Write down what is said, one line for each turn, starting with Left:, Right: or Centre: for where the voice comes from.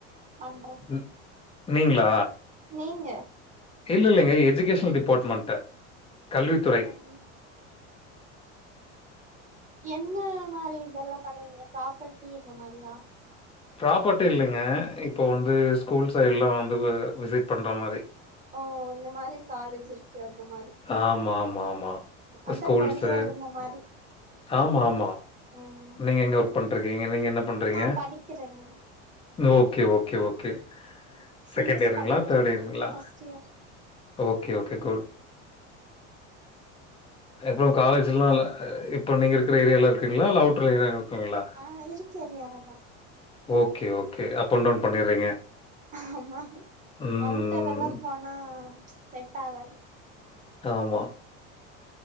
Right: பண்றத்
Left: ம் நீங்ளா
Right: நீங்க
Left: இல்ல இல்லைங்க எஜுகேஷ்னல் டிபார்ட்மெண்ட்டு கல்வித்துறை
Right: ம் என்ன மாரி இதெல்லாம் பண்ணுவீங்க ப்ராப்பர்டி இந்த மாரியா
Left: ப்ராப்பர்ட்டி இல்லைங்க இப்ப வந்து ஸ்கூல் சைட்லா வந்து வ விசிட் பண்ற மாரி
Right: ஓ இந்த மாரி காலேஜ் இருக்கு அந்த மாரி
Left: ஆமா, ஆமா, ஆமா.
Right: அதா
Left: ஸ்கூல்ஸு
Right: கரியர் இந்த மாரி
Left: ஆமா, ஆமா
Right: ம்
Left: நீங்க எங்க ஒர்க் பண் ட்டு இருக்கீங்க, நீங்க என்ன பண்றீங்க?
Right: நா படிக்கிறேங்க
Left: ஓகே, ஓகே, ஓகே
Right: சி
Left: செகண்ட்
Right: எஸ்
Left: இயருங்களா
Right: படிக்கிறே
Left: தேர்டு இயருகங்ளா
Right: first year
Left: okay okay good அப்றொ காலேஜல்லா இல்ல இப்ப நீங்க இருக்கிற ஏரியால இருக்குங்ளா இல்ல அவுட்டர் ஏரியால இருக்கீங்களா?
Right: நா இருக்கே ஏரியாலதா
Left: okay okay up and down பண்ணிட்றீங்க
Right: ஆமாங்க,
Left: ம்.
Right: அவுட்டர் எல்லா போனா செட்டாகாது
Left: ஆமா